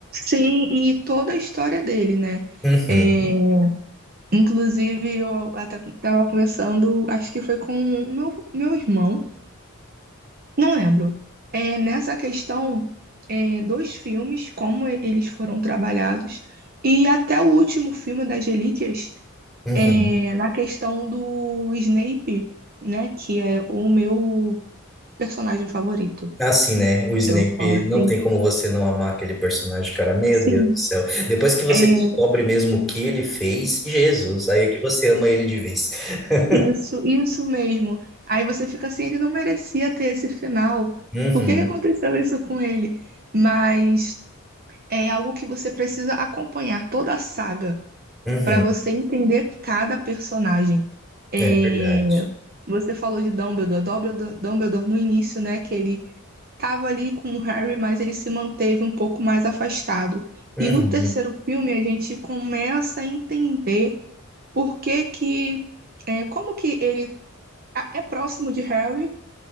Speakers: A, on the right (about 40°); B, in the centre.
A: Sim, e toda a história dele, né?
B: Uhum,
A: É, inclusive, eu até estava conversando, acho que foi com o meu, meu irmão, não lembro. É, nessa questão, é, dos filmes, como e- eles foram trabalhados, e até o último filme das Relíquias,
B: uhum.
A: é, na questão do Snape, né? Que é o meu personagem favorito.
B: Assim, né? O Snape,
A: Eu falo assim,
B: não tem como você não amar aquele personagem, cara. Meu
A: sim.
B: Deus do céu. Depois que você
A: É,
B: descobre mesmo o que ele fez, Jesus, aí é que você ama ele de vez. <laughs>
A: Isso, isso mesmo. Aí você fica assim, ele não merecia ter esse final.
B: Uhum,
A: Por que que aconteceu isso com ele? Mas é algo que você precisa acompanhar toda a saga
B: uhum.
A: para você entender cada personagem. É,
B: É verdade.
A: Você falou de Dumbledore, Dumbledore, Dumbledore no início, né? Que ele estava ali com o Harry, mas ele se manteve um pouco mais afastado.
B: Uhum,
A: E no terceiro filme a gente começa a entender por que que, é, como que ele a- é próximo de Harry,